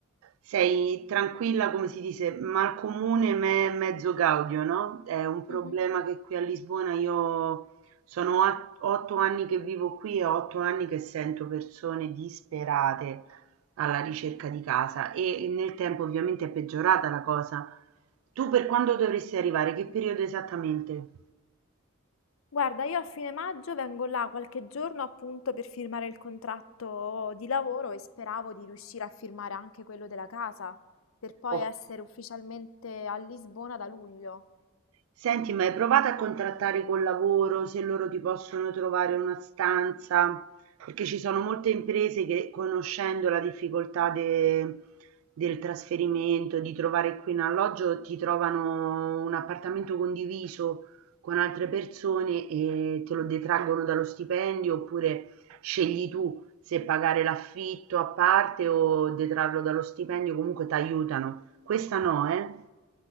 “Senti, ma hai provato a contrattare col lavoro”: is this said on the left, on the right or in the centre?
Right